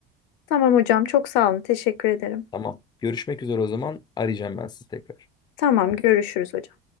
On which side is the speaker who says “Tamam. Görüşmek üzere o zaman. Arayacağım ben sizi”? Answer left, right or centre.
Left